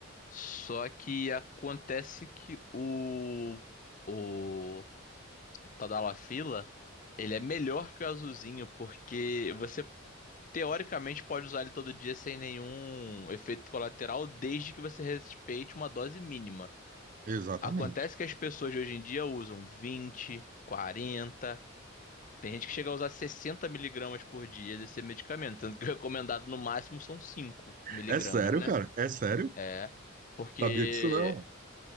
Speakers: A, on the left; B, on the right.
A: Só que acontece que o... O Tadalafila, ele é melhor que o Azulzinho, porque você, teoricamente, pode usar ele todo dia sem nenhum efeito colateral, desde que você respeite uma dose mínima.
B: exatamente.
A: Acontece que as pessoas de hoje em dia usam 20, 40. Tem gente que chega a usar 60 miligramas por dia desse medicamento, sendo que o recomendado no máximo são 5 miligramas,
B: É sério,
A: né?
B: cara? É sério?
A: É, porque
B: Sabia disso não?